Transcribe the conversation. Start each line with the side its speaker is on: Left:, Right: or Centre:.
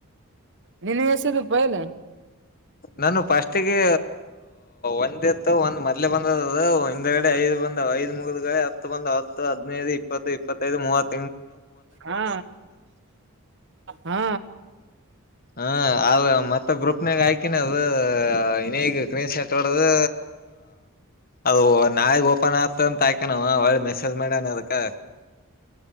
Right: ನೀನು ಎಸಿದಪ್ಪಯಲ್ಲ
Left: ನಾನು ಫಸ್ಟ್ಿಗೆ ಒಂದ್ ಎತ್ತು ಒಂದ್ ಮೊದ್ಲೆ ಬಂದ ಒ್ಗಡೆ ಐದು ಬಂದ್ ಐದು ಮುಗಿದಗಡೆ ಹತ್ತು ಬಂದ ಹತ್ತು ಹದ್ಿನೈದು ಇಪ್ಪತ್ತು ಇಪ್ಪತ್ತೈದು ಮೂವತ್ತು
Right: ಹಾ ಹಾ
Left: ಹ ಆದ ಮತ್ತ ಗ್ರೂಪ್ನಾಗ ಆಾಕಿನ ಅದು ಇಗ ಗ್ರೀನ್ ಶರ್ಟ್ ಹೊಡದು ಅದು ನಾಯ ಓಪನ್ ಆಗ್ತಂತ ಹಾಕ ಅವಳೆ ಮೆಸೇಜ್ ಮಾಡಿಾನ ಅದಕ್ಕೆ